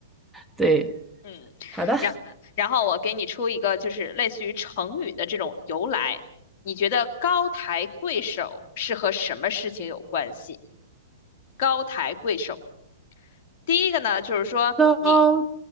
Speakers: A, in the centre; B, on the left (about 45°).
A: 对。
B: 嗯，
A: 好的，
B: 然然后我给你出一个，就是类似于成语的这种由来。你觉得高抬贵手是和什么事情有关系？高抬贵手，第一个呢，就是说你
A: 到